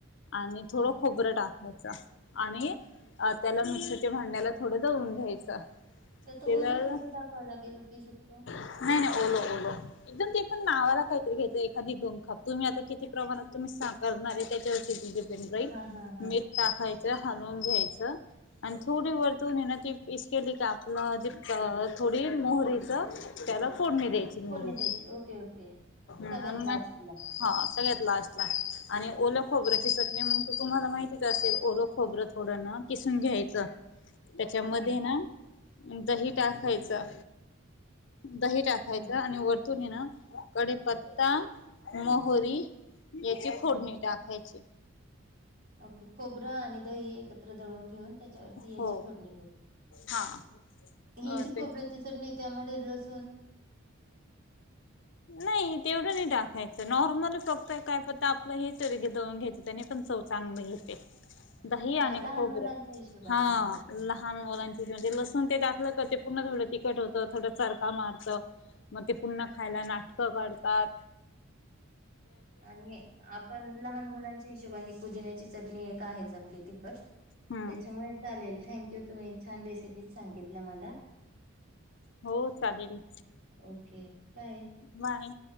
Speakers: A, on the left; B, on the right.
A: आणि
B: हा
A: थोडं खोबर टाक येचा आणि त्याला मिक्सरच्या भांड्याला थोडं दळून घ्यायचं
B: त्यात
A: ते
B: ओल
A: जर
B: खोबरं टाकावं लागेल की, सुख?
A: नाही नाही ओलं ओलं, एकदम ते पण नावाला काहीतरी घ्यायचं. एखादी दोन खाप तुम्ही आता किती प्रमाणात तुम्ही सार करणार आहे त्याच्यावर जनरल
B: हा हा हा
A: मीठ टाकायचं हलवून घ्यायचं. आणि थोडी वरतून ये ना <unintelligible> थोडी मोहरीच त्याला फोडणी द्यायची मोहरीची.
B: फोडणी द्यायची ओके ओके सगळ्यात
A: आणि मग
B: लास्ट ला.
A: हा सगळ्यात लास्टला आणि ओल खोबरची चटणी मग त तुम्हाला माहिती असेल, ओल खोबरं थोडं हा किसून घ्यायच. त्याच्यामध्ये
B: हा
A: ना दही टाकायचं दही टाकायचं
B: हा
A: आणि वरतूणी ना कडी पत्ता मोहरी याची
B: हा
A: फोडणी टाकायची
B: ओके खोबरं आणि दही एकत्र दळून घेऊन त्याच्यावरती
A: हो
B: याची फोडनी
A: हा अ,
B: हेची खोबऱ्याची
A: त्याच
B: चटणी त्यामध्ये लस
A: नाही तेवढं नाही टाकायचं नॉर्मल तर काय फक्त आपलं हेच येत की दळूनं घ्यायचं, त्याने पण चव चांगल येते. दही
B: हा
A: आणि
B: लहान
A: खोबर.
B: मुलांच्या हिशोबाने
A: हा
B: हो
A: लहान
B: हो
A: मुलांची म्हणजे लसूण ते टाकल का, ते पून्हा थोड तिखट होतं. थोडं चरका मारतो म ते पुन्हा खायला नाटक कडतात.
B: आणि आपण लहान मुलांच्या हिशोबाने, पुदिन्याची चटणी एक आहेच आपली तिखट.
A: हम्म
B: त्याच्यामुळे चालेल, थँक्यू. तुम्ही छान रेसिपी सांगितल्या मला.
A: हो चालेल
B: ओके बाय.
A: बाय